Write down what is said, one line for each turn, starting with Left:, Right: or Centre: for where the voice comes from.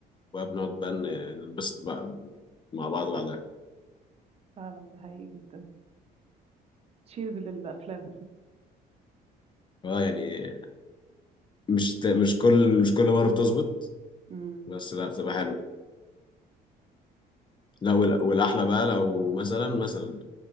Left: وبنقعد بقى ن- ننبسط بقى مع بعض بعدها
Right: فعلا ده حقيقي جدا تشيرز للافلام
Left: اه يعني مش ت- مش كل مش كل مره بتظبط
Right: امم
Left: بس لا بتبقى حلو لا وال- والاحلى بقى لو مثلا مثلا